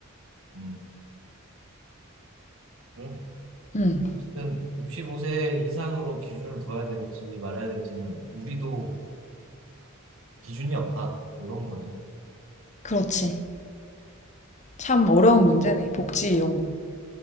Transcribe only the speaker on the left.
음,
그렇지. 참 어려운
문제네. 복지 이런 거.